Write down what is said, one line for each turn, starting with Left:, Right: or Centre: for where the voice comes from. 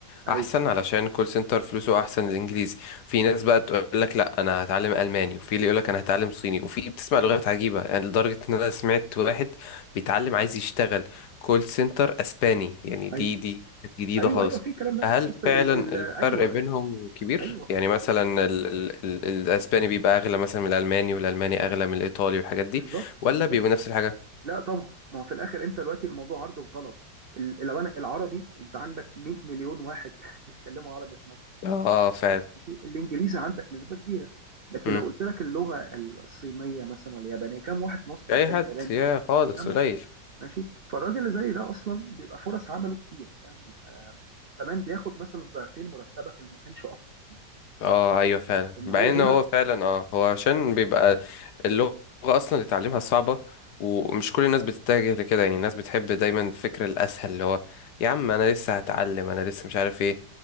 Right: ايوه
Left: احسن علشان الكول سنتر فلوسه احسن الانجليزي في ناس بقى تقول لك لا انا هتعلم الماني وفي اللي يقول لك انا هتعلم صيني وفي بتسمع لغات عجيبة يعني لدرجة ان انا سمعت واحد بيتعلم عايز يشتغل كول سنتر اسباني يعني دي
Right: ايوه
Left: دي جديدة
Right: ايوه
Left: خالص
Right: ايوه في الكلام ده
Left: هل
Right: بص ال...
Left: فعلا
Right: ال... ايوه
Left: الفرق بينهم
Right: ايوه
Left: كبير؟
Right: ايوه
Left: يعني مثلا ال ال ال الاسباني بيبقى اغلى مثلا من الالماني والالماني اغلى من الايطالي والحاجات دي
Right: بالظبط بالظبط
Left: ولا بيبقوا نفس الحاجة؟
Right: لا طبعا ما هو في الاخر انت دلوقتي الموضوع عرض وطلب ال- لو انا العربي انت عندك 100 مليون واحد <laughs> بيتكلموا عربي في مصر
Left: اه فعلا
Right: ماشي الانجليزي عندك نسبه كبيره لكن
Left: مم.
Right: لو قلت لك اللغه الصينيه مثلا ولا اليابانيه كم واحد في مصر
Left: اي
Right: بيتكلم
Left: حد
Right: ياباني
Left: يا خالص
Right: كم
Left: قليل
Right: واحد ماشي فالراجل اللي زي ده اصلا بيبقى فرص عمله كتيره فاهم بيبقى كمان بياخد مثلا ضعفين مرتبك اللي ما كانش اكتر كمان واخد
Left: اه
Right: بالك؟
Left: ايوه فعلا
Right: ان
Left: بعدين
Right: هو هنا
Left: إن هو فعلا اه هو عشان بيبقى اللغة اصلا اللي تعلمها صعبة ومش كل الناس بتتجه لكده يعني الناس بتحب دايما الفكر الاسهل اللي هو يا عم انا لسه هتعلم انا لسه مش عارف ايه